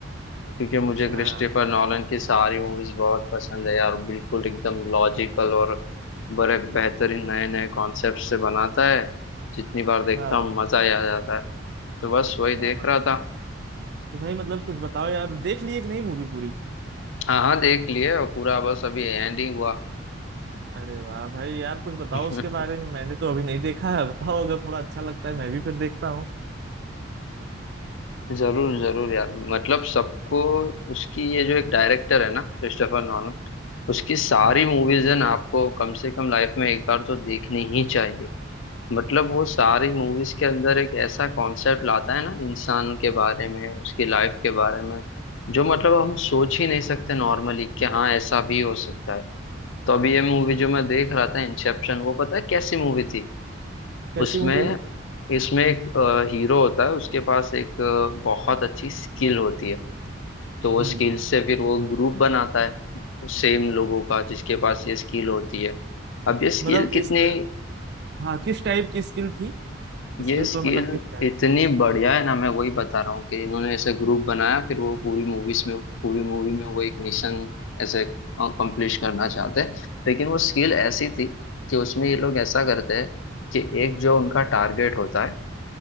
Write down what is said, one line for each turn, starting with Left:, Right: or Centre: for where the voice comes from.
Left: क्योंकि मुझे
Right: अच्छा
Left: क्रिस्टोफर नॉलन की सारी मूवीज बहुत पसंद है यार बिल्कुल एकदम लॉजिकल और बड़े बेहतरीन नए नए कॉन्सेप्ट से बनाता है जितनी बार देखता
Right: हाँ भाई
Left: हूँ मजा ही आ जाता है तो बस वही
Right: क्या
Left: देख
Right: बात
Left: रहा था
Right: तो भाई मतलब कुछ बताओ यार देख लिए कि नहीं मूवी पूरी
Left: हाँ हाँ देख लिए और पूरा बस अभी एंड ही हुआ
Right: अरे वाह भाई यार कुछ
Left: <laughs>
Right: बताओ उसके बारे में मैंने तो अभी नहीं देखा है बताओ अगर थोड़ा अच्छा लगता है मैं भी फिर देखता हूँ
Left: जरूर जरूर यार मतलब सबको उसकी ये जो एक डायरेक्टर है ना क्रिस्टोफर नॉलन उसकी सारी
Right: हाँ
Left: मूवीज है ना आपको कम से कम लाइफ में एक बार तो देखनी ही चाहिए मतलब वो सारी मूवीज के अंदर एक ऐसा कॉन्सेप्ट लाता है ना इंसान के बारे में उसकी लाइफ के बारे में जो मतलब हम सोच ही नहीं सकते नॉर्मली कि हाँ ऐसा भी हो सकता है तो अभी ये मूवी जो मैं देख रहा था इंसेप्शन वो पता है कैसी मूवी थी
Right: कैसी
Left: उसमें
Right: मूवी है
Left: इसमें एक हीरो होता है उसके पास एक अ, बहुत अच्छी स्किल होती है तो वो
Right: हम्म
Left: स्किल से फिर वो ग्रुप बनाता है सेम लोगों का जिसके पास ये स्किल होती है अब ये स्किल
Right: मतलब
Left: कितनी
Right: इस हाँ किस टाइप की स्किल थी स्किल
Left: ये स्किल
Right: तो मतलब किस टाइप
Left: इतनी बढ़िया है ना मैं वही बता रहा हूँ कि इन्होंने ऐसे ग्रुप बनाया फिर वो पूरी मूवीज में पूरी मूवी में वो एक मिशन ऐसे कंप्लीट करना चाहते हैं लेकिन वो स्किल ऐसी थी कि उसमें ये लोग ऐसा करते हैं कि एक जो उनका टारगेट होता है